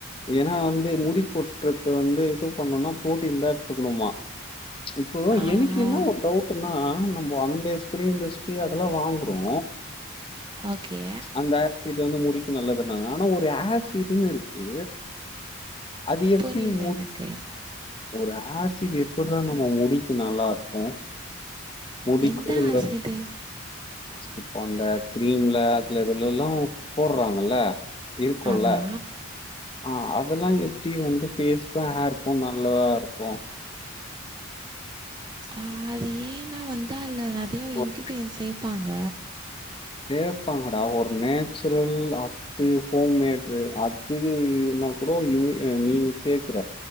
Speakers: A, on the left; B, on the right.
A: ஏன்னா வந்து முடி கொட்டுறது வந்து இது பண்ணும்னா புரோட்டீன் தா எடுத்துக்கணுமா இப்போ
B: ஆ
A: எனக்
B: ஆ
A: என்ன ஒரு டவுட்ன்னா நம்ம அந்த ஸ்ப்ரே இந்த ஸ்ப்ரே அதெல்லா வாங்குறோ
B: ஓகே
A: அந்த ஆசிட் வந்து முடிக்கி நல்லதுன்னாங்க ஆனா ஒரு ஆசிடன்னு இருக்கு அது எப்டி
B: புரியல
A: <inaudible>
B: எனக்கு
A: ஒரு ஆசிட் எப்பட்றா நம்ம முடிக்கு நல்லா இருக்கு முடிக்கு
B: எந்த
A: <inaudible>
B: ஆசிடு
A: இப்போ அந்த கிரீம்ல அதுல இதுலல்லா போடுறாங்கல்ல இருக்குல்ல
B: ஆமா
A: ஆ அதெல்லா எப்டி வந்து பேஸ்கு ஹேர்க்கு நல்லதா இருக்கு
B: ஆ அது ஏன்னா வந்து அதுல்ல நெறையா
A: ஒரு
B: இன்கிரீடியன்ட் சேப்பாங்க
A: சேப்பாங்கடா ஒரு நேச்சுரல் அ அத்து ஹோம் மேட்ரு அத்து என்ன கூட இ நீ சேக்கற